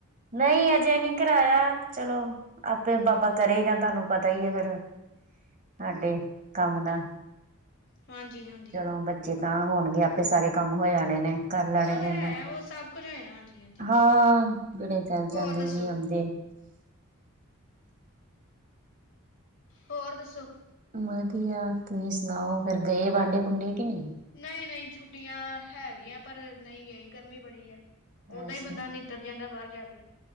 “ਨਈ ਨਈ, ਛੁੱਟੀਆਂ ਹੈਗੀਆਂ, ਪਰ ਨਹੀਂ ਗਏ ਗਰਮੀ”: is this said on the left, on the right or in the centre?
Left